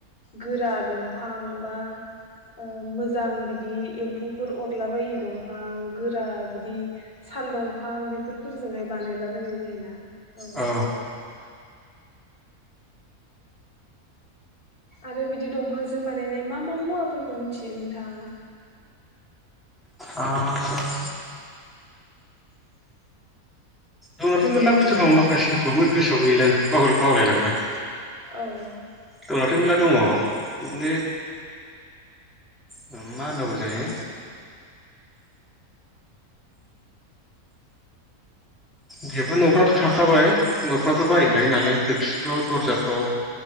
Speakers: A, on the left; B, in the centre.
A: गोरा दंफां बा ओक्षमोजां बिदि एम्फौफोर अरला बायि दंफां गोरा बिदि साल दंफां। बेफोरफोरजोंहाय बानायलाबायनाय जायोना। औ
B: अ।
A: आरो बिदि दंफांजों बानायनाय मा मा मुवाफोरखौ मिथियो नोंथाङा?
B: आं दंनाथ' मोनला बुस्थु दं माखासे गोसोआव गैला बावलायलांबाय
A: औ।
B: दंनायाथ' मेरला दङ बिदिनो मा होन होनांगौ जायो। बेफोर न'फोरावथ' थाखाबाय। न'फ्राथ' बायखायो
A: औ
B: नालाय खोरखिफ्राव दर्जाफ्राव।
A: औ